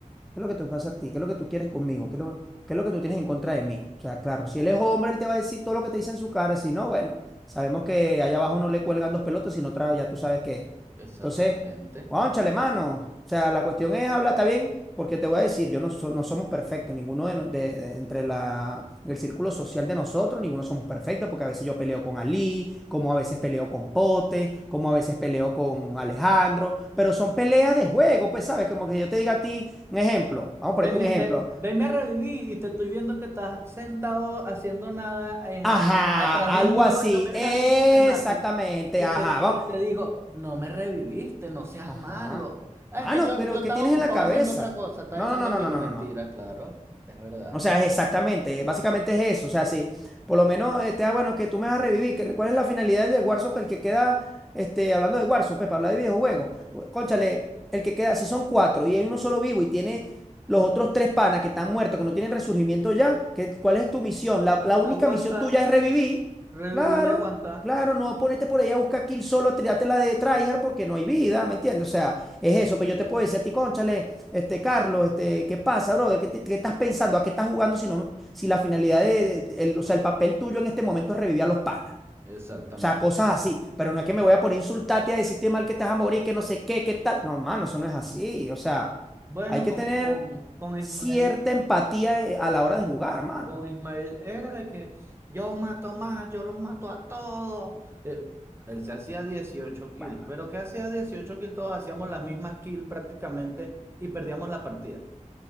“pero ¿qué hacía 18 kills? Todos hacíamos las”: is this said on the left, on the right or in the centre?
Right